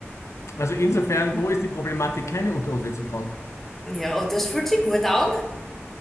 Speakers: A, on the left; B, in the centre.
A: Also insofern, wo ist die Problematik, keine Unterhose zu tragen?
B: Ja, und das fühlt sich gut an.